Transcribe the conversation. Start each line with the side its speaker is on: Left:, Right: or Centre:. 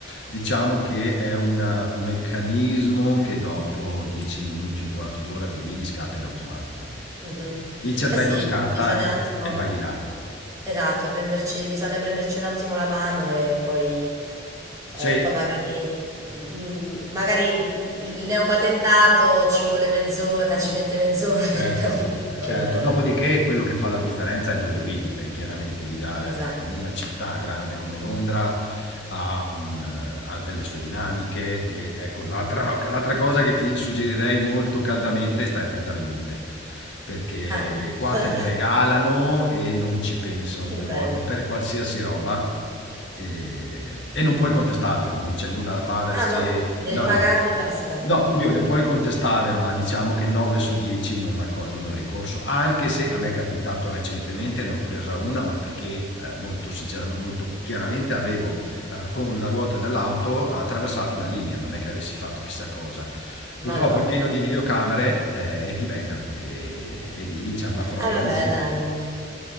Left: diciamo che è una- un meccanismo che dopo 10 minuti, un quarto d'ora che guidi scatta in automatico.
Right: Mhm.
Left: Il cervello
Right: Eh sì,
Left: scatta
Right: sì, bisogna
Left: e,
Right: un attimo,
Left: e vai di là.
Right: esatto, prenderci, bisogna prenderci un attimo la mano e poi
Left: Sì,
Right: Eh, poi magari, mm, magari il, il neopatentato ci vuole mezz'ora, ci mette mezz'ora <laughs>
Left: Certo,
Right: per capirlo.
Left: certo.
Right: il-
Left: Dopodiché quello che fa la differenza è dove guidi, perché chiaramente guidare
Right: Esatto.
Left: eh, in una città grande come Londra ha, un, eh, ha delle sue dinamiche e ecco, l'altra l'altra cosa che ti suggerirei molto caldamente è stai attenta alle multe, perché
Right: Ah,
Left: qua
Right: <laughs>
Left: te le regalano e non ci pensano
Right: che
Left: due
Right: bello.
Left: volte per qualsiasi roba e, e non puoi contestarle, non c'è nulla da fare se
Right: Ah no? Devi
Left: No,
Right: pagarle
Left: no.
Right: e basta.
Left: No, oddio, le puoi contestare, ma diciamo che 9 su 10 non accolgono il ricorso, anche se a me è capitato recentemente, ne ho presa una, ma perché eh, molto sinceramente, molto chiaramente avevo eh, con la ruota dell'auto attraversato una linea, non è che avessi fatto chissà cosa.
Right: Madonna.
Left: Purtroppo è pieno di videocamere eh, e ti beccano e, e lì c'è la prova
Right: Ah vabbè,
Left: visiva.
Right: dai.